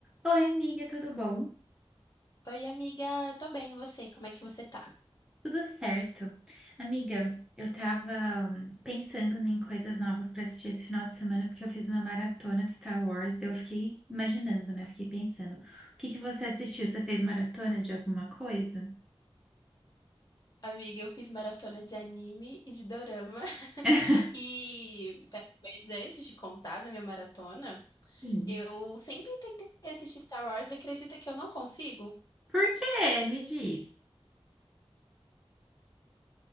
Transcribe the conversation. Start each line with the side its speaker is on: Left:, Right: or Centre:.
Centre: Oi, amiga, tudo bom?
Left: Oi, amiga, eu tô bem, e você? Como é que você tá?
Centre: Tudo certo. Amiga, eu tava hum, pensando em coisas novas para assistir esse final de semana, porque eu fiz uma maratona de Star Wars, daí eu fiquei imaginando, né? Fiquei pensando. O que que você assistiu? Você fez maratona de alguma coisa?
Left: Amiga, eu fiz maratona de anime e de dorama. <laughs>
Centre: <laughs>
Left: E, pera, mas antes de contar da minha maratona,
Centre: Sim.
Left: eu sempre tentei assistir Star Wars e acredita que eu não consigo?
Centre: Por quê? Me diz.